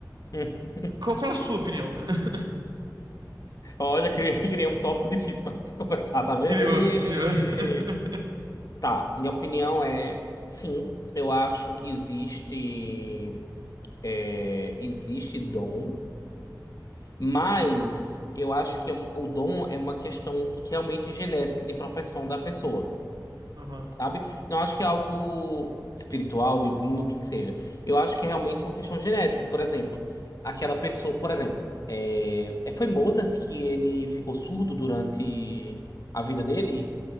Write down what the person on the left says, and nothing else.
Hum.
Olha, criei, <laughs> criei um tópico difícil para <laughs> começar, tá vendo?
E...
Tá, minha opinião é sim, eu acho que existe, é, existe dom. Mas eu acho que é um- o dom é uma questão que realmente genética de propensão da pessoa,
sabe? Não acho que é algo espiritual, divino, o que que seja. Eu acho que é realmente uma questão genética. Por exemplo, aquela pessoa, por exemplo, é, é- foi Mozart que ele ficou surdo durante a vida dele